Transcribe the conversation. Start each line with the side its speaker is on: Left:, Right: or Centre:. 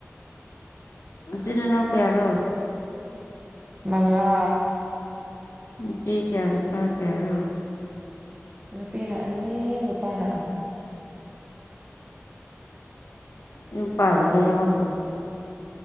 Left: ꯅꯆꯤꯟ ꯅꯅꯥꯎ ꯀꯌꯥꯔꯣ
Right: ꯃꯪꯉꯥ
Left: ꯅꯨꯄꯤ ꯀꯌꯥ ꯅꯨꯄꯥ ꯀꯌꯥꯔꯣ
Right: ꯅꯨꯄꯤꯅꯥ ꯑꯅꯤ ꯅꯨꯄꯥꯅꯥ ꯑꯍꯨꯝ
Left: ꯌꯨꯝ ꯄꯥꯜꯂꯕ ꯌꯥꯎꯔꯕꯣ